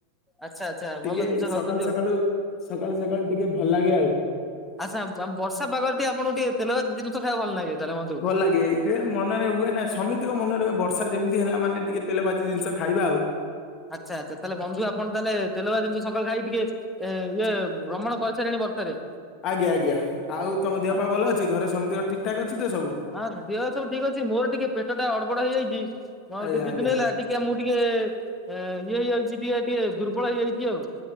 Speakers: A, in the centre; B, on the left.
A: ଆଚ୍ଛା ଆଚ୍ଛା
B: ଟିକେ
A: ଭଲ ଜିନିଷ
B: ସକାଳୁ
A: ଖାଉଛନ୍ତି
B: ସକାଳୁ
A: ଆଉ।
B: ସକାଳୁ ସକାଳୁ ଟିକେ ଭଲ ଲାଗେ ଆଉ
A: ଆଚ୍ଛା। ବର୍ଷା ପାଗରେ ଟିକେ ଆପଣଙ୍କୁ ଟିକେ ତେଲ ଭାଜି ଜିନିଷ ଖାଇବାକୁ ଭଲ ଲାଗେ। ତାହେଲେ ବନ୍ଧୁ।
B: ଭଲ ଲାଗେ। ସେ ମନରେ ହୁଏ ନା ସମିତିଙ୍କ ମନ ର ହୁଏ ବର୍ଷା ଯେମିତି ହେଲା ମାନେ ଟିକେ ତେଲ ଭାଜି ଜିନିଷ ଖାଇବା ଆଉ।
A: ଆଚ୍ଛା ଆଚ୍ଛା। ତାହେଲେ ବନ୍ଧୁ ଆପଣ ତାହେଲେ ତେଲ ଭାଜି ଜିନିଷ ସକାଳୁ ଖାଇ ଟିକେ ଇଏ ଭ୍ରମଣ କରିସାରିଲେଣି ବର୍ଷାରେ
B: ଆଜ୍ଞା ଆଜ୍ଞା। ଆଉ ତମ
A: ହଁ
B: ଦିଅ ପା ଭଲ ଅଛି। ଘରେ ସେମିତି ଠିକ ଠାକ ଅଛି ତ ସବୁ?
A: ହଁ ଦେହ ସବୁ ଠିକ ଅଛି। ମୋର ଟିକେ ପେଟ ଟା ଗଡବଡ ହେଇଯାଇଚି। ମୁଁ ଆଉ
B: ଆଜ୍ଞା
A: ଦି
B: ଆଜ୍ଞା
A: ଦି ଦିନ ହେଲା ଟିକେ ମୁଁ ଟିକେ ଇଏ ହେଇଯାଉଚି। ଦିହ ଟିକେ ଦୁର୍ବଳ ହେଇଯାଇଛି ଆଉ।